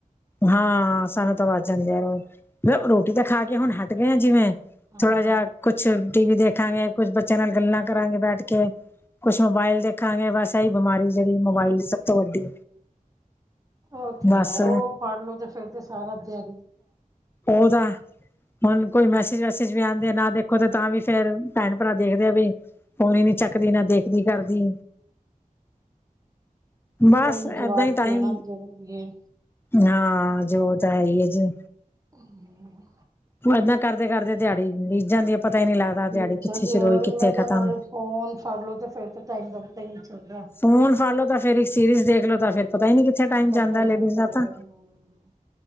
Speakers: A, on the left; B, on the right.
A: ਹਾਂ, ਸਾਨੂੰ ਤਾਂ ਵੱਜ ਜਾਂਦੇ ਆ ਰੋਜ਼ ਰੋਟੀ ਤਾਂ ਖਾ ਕੇ ਹੁਣ ਹਟ ਗਏ ਆ ਜਿਵੇਂ
B: ਹਾਂ
A: ਥੋੜਾ
B: ਹਾਂ
A: ਜਿਹਾ ਕੁਛ ਟੀ ਵੀ ਦੇਖਾਂਗੇ ਕੁਛ ਬੱਚਿਆਂ ਨਾਲ ਗੱਲਾਂ ਕਰਾਂਗੇ ਬੈਠ ਕੇ। ਕੁਛ ਮੋਬਾਇਲ ਦੇਖਾਂਗੇ ਬਸ ਇਹੀ ਬਿਮਾਰੀ ਜਿਹੜੀ ਮੋਬਾਇਲ ਦੀ ਸਭ ਤੋਂ ਵੱਡੀ
B: ਉਹ ਤੇ
A: ਬਸ
B: ਹੈ ਉਹ ਫੜ ਲੋ ਤੇ ਫਿਰ ਤੇ ਸਾਰਾ ਦਿਨ
A: ਓਦੋਂ ਤਾਂ। ਹੁਣ ਕੋਈ ਮੈਸੇਜ ਵੈਸੇਜ ਵੀ ਆਂਦੇ ਆ ਨਾ ਦੇਖੋ ਤੇ ਤਾਂ ਵੀ ਫੇਰ ਭੈਣ ਭਰਾ ਦੇਖਦੇ ਆ ਵੀ ਫੋਨ ਨੀ ਚੱਕਦੀ ਨਾ ਦੇਖਦੀ ਕਰਦੀ। ਬਸ
B: ਉਹ ਵੀ ਜਵਾਬ
A: ਏਦਾਂ ਹੀ ਟਾਈਮ।
B: ਦੇਣਾ ਜ਼ਰੂਰੀ ਹੈ
A: ਹਾਂ ਜੋ ਤਾਂ ਹੈਈ ਆ ਜੀ।
B: ਹੂੰ,
A: ਏਦਾਂ ਕਰਦੇ ਕਰਦੇ ਦਿਹਾੜੀ ਬੀਜ ਜਾਂਦੀ ਐ ਪਤਾ ਹੀ ਨੀ ਲੱਗਦਾ
B: ਜੀ
A: ਦਿਹਾੜੀ ਕਿੱਥੇ
B: ਜਲਦੀ
A: ਸ਼ੁਰੂ
B: ਉਹੀ
A: ਹੋਈ ਕਿੱਥੇ
B: ਮੈਂ ਕਿਹਾ
A: ਖਤਮ।
B: ਨਾਲੇ ਫੋਨ ਫੜਲੋ ਤੇ ਫੇਰ ਤੇ ਟਾਈਮ ਦਾ ਪਤਾ ਹੀ ਨਹੀਂ ਚੱਲਦਾ।
A: ਫੋਨ ਫੜ ਲੋ ਤਾਂ ਫੇਰ ਇੱਕ ਸੀਰੀਜ਼ ਦੇਖ ਲੋ ਤਾਂ ਫੇਰ। ਪਤਾ ਹੀ ਨੀ ਕਿੱਥੇ ਟਾਈਮ
B: ਪਤਾ
A: ਜਾਂਦਾ
B: ਹੀ
A: ਲੇਡੀਜ਼
B: ਨਹੀਂ ਚੱਲਦਾ
A: ਦਾ ਤਾਂ।
B: ਹਾਂ।